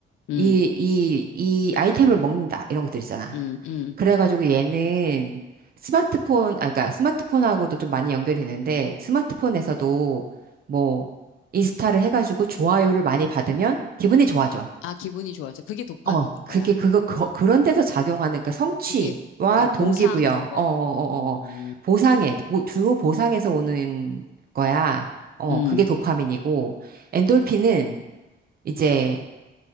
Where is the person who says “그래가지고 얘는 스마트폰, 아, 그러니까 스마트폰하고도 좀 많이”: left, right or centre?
Right